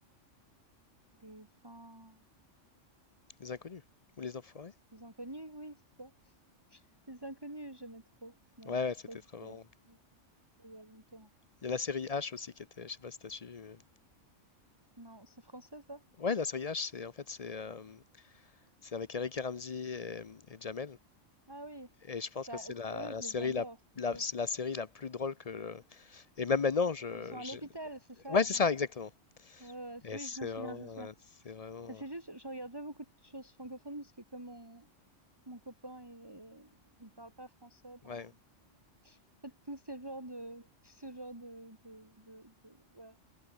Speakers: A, on the right; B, on the left.
A: les gens,
B: Les Inconnus ou Les Enfoirés.
A: les inconnus, oui, c'est ça. Les inconnus, j'aimais trop. Ouais,
B: Ouais, ouais,
A: ça
B: c'était
A: c'était,
B: trop marrant.
A: c'était il y a longtemps.
B: Il y a la série H aussi qui était, je sais pas si t'as suivi. mais-
A: Non, c'est français ça?
B: Ouais, la série H, c'est en fait c'est euh, c'est avec Eric et Ramzy et, et Jamel.
A: Ah oui.
B: Et je pense
A: Bah,
B: que c'est
A: eux,
B: la, la
A: je
B: série
A: les adore,
B: la
A: c'est
B: la,
A: sûr.
B: c'est la série la plus drôle que, Et même maintenant, je,
A: Ou ils sont à
B: je-
A: l'hôpital, c'est ça,
B: Ouais, c'est
A: non?
B: ça, exactement.
A: Ouais, ouais, c-
B: Et
A: oui,
B: c'est
A: je me souviens,
B: vraiment...
A: je me souviens.
B: euh, c'est vraiment...
A: Mais C'est juste, je regarde pas beaucoup de choses francophones parce que comme mon, mon copain est, il parle pas français, ben,
B: Ouais.
A: en fait, tout ce genre de, tout ce genre de, de, de, de- ouais,